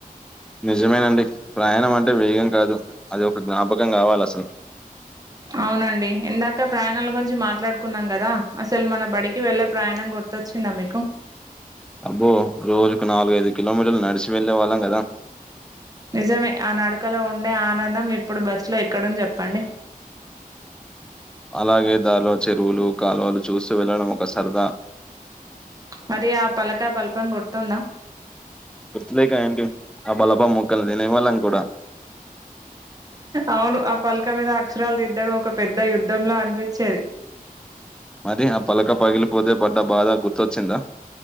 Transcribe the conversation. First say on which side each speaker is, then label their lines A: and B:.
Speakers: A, in the centre; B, on the right.
A: నిజమేనండి ప్రయాణం అంటే వేగం కాదు అది ఒక జ్ఞాపకం కావాలి అసలు
B: అవునండి ఇందాక ప్రయాణాల గురించి మాట్లాడుకున్నాం కదా అసలు మన బడికి వెళ్ళే ప్రయాణం గుర్తొచ్చిందా మీకు
A: అబ్బో రోజుకు నాలుగు ఐదు కిలోమీటర్లు నడిచి వెళ్ళే వాళ్ళం కదా
B: నిజమే ఆ నడకలో ఉండే ఆనందం ఇప్పుడు బస్లో ఎక్కడ చెప్పండి
A: అలాగే దారిలో చెరువులు కాలువలు చూసి వెళ్ళడం ఒక సరదా
B: మరి ఆ పలక బలపం గుర్తుందా
A: గుర్తులేక ఏంటి ఆ బలపం ముక్కలు తినే వాళ్ళం కూడా
B: ఆవును ఆ ప ఇ మీద అక్షరాలు దిద్దడం ఒక పెద్ద యుద్ధంలా అనిపించేది
A: మరి ఆ పలక పగిలిపోతే పడ్డ బాధ గుర్తొచ్చిందా